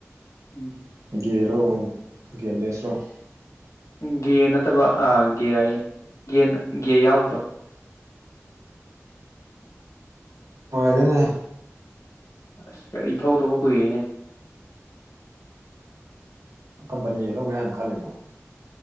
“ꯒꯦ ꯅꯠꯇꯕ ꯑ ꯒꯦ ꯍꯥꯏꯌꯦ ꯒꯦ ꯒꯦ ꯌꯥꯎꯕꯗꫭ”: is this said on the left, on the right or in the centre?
Left